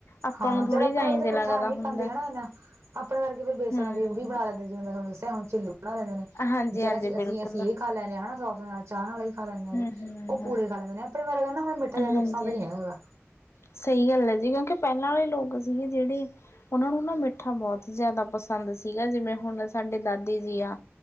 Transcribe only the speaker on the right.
ਹਾਂ,
ਚੱਲ ਆਪਣੇ
ਵਰਗਗ
ਤਾਂ
ਮਿੱਠਾ ਨਈ
ਖਾਂਦੇ ਹਣਾ ਐਨਾਂ <unintelligible> ਆਪਣੇ ਵਰਗੇ ਫੇਰ ਬੇਸਣ
ਦੇ ਓ ਵੀ ਬਣਾ ਲੈਂਦੇ ਜਿਵੇ ਮੈਂ ਤੁਹਾਨੂੰ ਦਸਿਆ ਹੋਣ ਚਿੱਲੇ ਬਣਾ ਲੈਂਦੇ ਨੇ।
ਵੀ ਚੱਲ ਅਸੀਂ,
ਅਸੀਂ, ਅਸੀਂ ਏ ਖਾ ਲੈਨੇ ਆ ਹਣਾ ਸੋਸ ਨਾਲ਼। <unintelligible> ਚਾਹ ਨਾਲ਼ ਵੀ ਖਾ ਲੈਂਨੇ ਆ ਅਸੀ
ਉਹ ਪੂੜੇ ਖਾ ਲੈਂਦੇ ਨੇ ਆਪਣੇ ਵਰਗਿਆ ਨੂੰ ਹੁਣ ਮਿੱਠਾ ਜ਼ਿਆਦਾ
ਪਸੰਦ ਨਹੀ ਹੈਗਾ